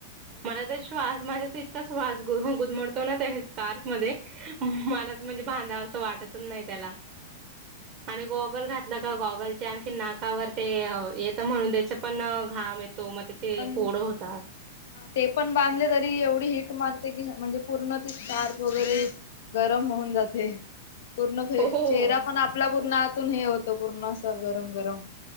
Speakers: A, on the left; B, on the right.
A: तेच
B: मला
A: ना
B: तर श्वास माझ्या तर इथ च श्वास गुदमडतो ना, त्या हेच स्कार्फ मध्ये. मला त म्हणजे भांधाव असं, वाटतच नाही त्याला. आणि गॉगल घातलं का, गॉगलचे आणखी नाकावर ते अ येतं म्हणून, त्याच पण घाम येत तो मग त्याचे
A: पण
B: पोडं होतात.
A: ते पण बांधले तरी, एवढी हिट मारते की, म्हणजे पूर्ण ती स्कार्फ वगैरे गरम होऊन जाते. पूर्ण फे
B: हो हो.
A: चेहरा पण आपला पूर्ण आतून हे होत. पूर्ण असं, गरम-गरम.